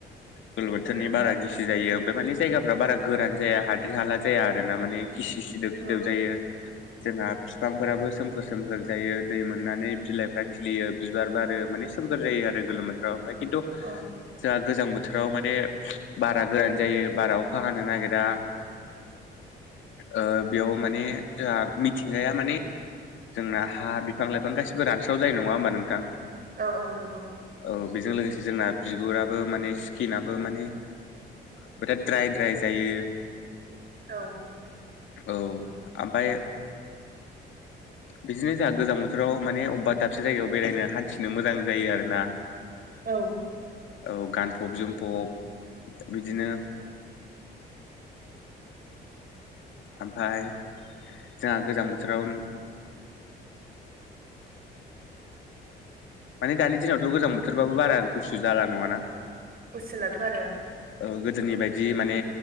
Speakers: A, on the left (about 65°); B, on the right (about 45°).
A: गोलोम बोथोरनि
B: उम
A: बारा गिसु जायो ओमफ्राय माने जायगाफ्रा बारा गोरान जाया हाद्रि हाला जाया आरोना माने गिसि सिदोब
B: औ
A: सिदोब जायो जोंहा बिफांफोराबो सोमखोर सोमखोर जायो दै मोननानै बिलाइफ्रा खिलियो बिबार बारो माने सोमखोर जायो आरो गोलोम बोथोराव बा खिन्थु
B: औ
A: जा गोजां बोथोराव माने बारा गोरान जायो बारा अखा हानो नागिरा ओ बेयाव माने जोंहा मिथिंगाया माने जोंना हा बिफां लाइफां गासिबो रानस्राव जायो नङा होमबा नों
B: औ औ नंगौ
A: औ बेजों लोगोसे जोंना बिगुराबो माने सिकिनाबो माने ओमफ्राय ड्राय ड्राय जायो
B: औ
A: औ ओमफ्राय बिदिनो जोंहा गोजां बोथोराव माने अबेबा दाबसे जायगायाव बेरायनो हान्थिनो मोजां जायो आरोना
B: औ
A: औ गानफब जोमफब बिदिनो
B: <inaudible>
A: ओमफाय जोंहा गोजां बोथोराव
B: <inaudible>
A: माने दानि दिनावथ' गोजां बोथोरबाबो बारा गुसु जाला नङाना
B: गुसु जालाथ' आरो
A: ओ गोदोनि बायदि माने